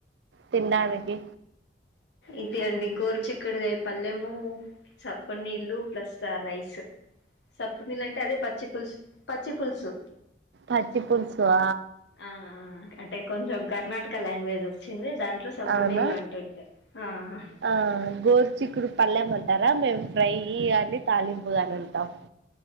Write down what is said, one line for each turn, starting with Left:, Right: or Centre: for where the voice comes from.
Right: తిన్డానికి
Left: ఇది అండి గోరుచిక్కడుగాయి పల్లెము సప్పనీ ఇళ్ళు ప్లస్ స్తా రైసు సప్పు నీళ్ళు అంటే అదే పచ్చి పులుసు పచ్చి పులుసు
Right: పచ్చి పులుసా
Left: ఆ ఆ అంటె కొంచెం కర్ణాటక లాంగ్వేజ్ వచ్చింది దాంట్లో సప్పు
Right: అవునా
Left: నీళ్ళు అంటుంటా ఆ హ
Right: ఆ గోరుచిక్కుడు పల్లెం అంటారా మేము ఫ్రైయి గాని తాలింపు గాని అంటాం.